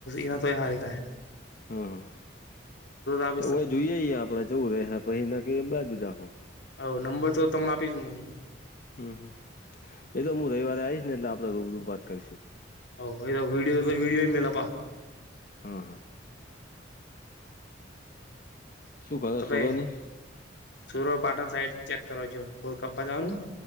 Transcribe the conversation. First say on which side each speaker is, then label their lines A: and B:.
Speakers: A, on the left; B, on the left.
A: એના તો હારી થાહે.
B: હમ્મ,
A: આપીશ
B: તો
A: તમને
B: હોય જોઈએ આપડે જેવું રે પહ ના કે બાજુ રાખો.
A: હવ નંબર તો તમને આપીશ હું એ.
B: હમ્મ હ એ તો હું રવિવારે આવીઈશ ને એટલે આપડે રૂબરૂ વાત કરીશું.
A: હવ એ વિડીયો તો વિડીયો મેયલા તા.
B: હા હા. શું કરે
A: તો ભાઈ
B: સુરોની
A: સુર પાટણ સાઈડ ચેક કરજો કોલ કપ્પા જવાનું?